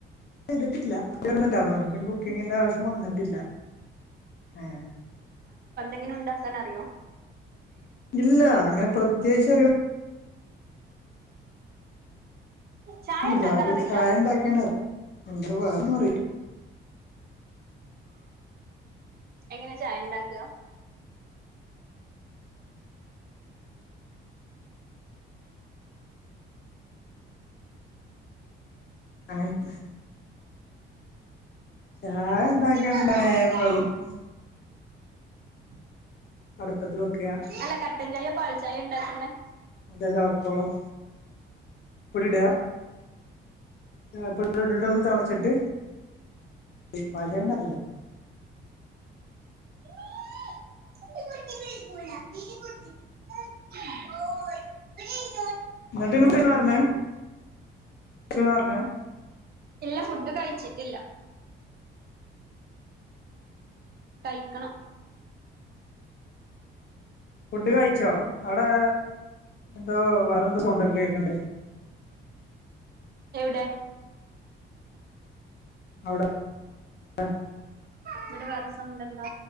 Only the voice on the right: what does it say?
ഉം
ങ്കിലും ഉണ്ടാക്കാനറിയോ
ചായ
ഉണ്ടാക്കാൻ
അറിയില്ല
എങ്ങനെ ചായ എണ്ടാക്ക
ഹലോ
<unintelligible>
അല്ല കട്ടൻ ചായോ പാൽചായൊ എണ്ടാക്കുന്നേ
ഉം
ട്ട ബ കുട്ട <unintelligible>
ഇല്ല ഫുഡ് കഴിച്ചിട്ടില്ല കഴിക്കണം
എവിടെ
ഇവിടെ വേറസൗണ്ടെണ്ടോ